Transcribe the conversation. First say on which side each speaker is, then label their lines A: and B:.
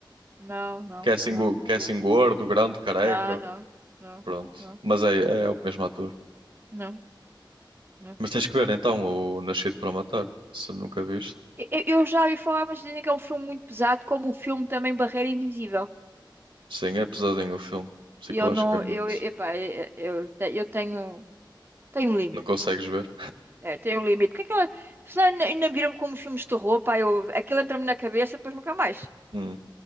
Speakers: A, on the right (about 25°); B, on the right (about 80°).
A: Não, não,
B: Que é assim,
A: não,
B: go- que
A: não
B: é
A: vi.
B: assim gordo, grande, careca.
A: Não, não, não,
B: Pronto.
A: não,
B: Mas é, é o mesmo ator.
A: não. não.
B: Mas tens que ver então o Nascido para Matar, se nunca viste.
A: Eu, eu já ouvi falar, mas dizem que é um filme muito pesado, como o filme também Barreira Invisível.
B: Sim, é pesadinho o filme, psicologicamente.
A: E Eu não, eu, epá, eu, eu te- eu tenho, tenho um limite.
B: Não consegues ver?
A: É, tenho um limite. Porque aquela, senão ainda, ainda viram como os filmes de terror, pá, eu, aquilo entra-me na cabeça, depois nunca mais.
B: Hum,